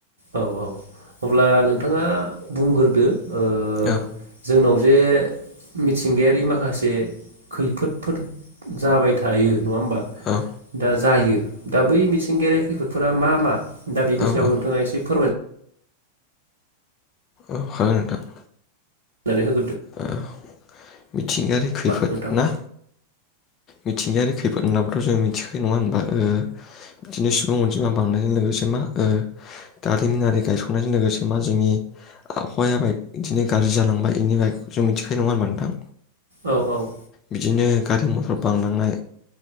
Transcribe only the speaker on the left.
औ।
औ।
औ
औ
औ हागोन नोंथां।
ओ मिथिंगायारि खैफोदना?
मिथिंगायारि खैफोद होनब्लाथ' जों मिथिखायो नङा होनबा बिदिनो सुबुं अनजिमा बांनायजों लोगोसे मा दारिमिनारि गायसंनायजों लोगोसे मा जोंनि आबहावाया बाय बिदिनो गाज्रि जालांबाय बेनि जों मिथिखायो नङा होनबा नोंथां।
बिदिनो गारि मथर बांलांनाय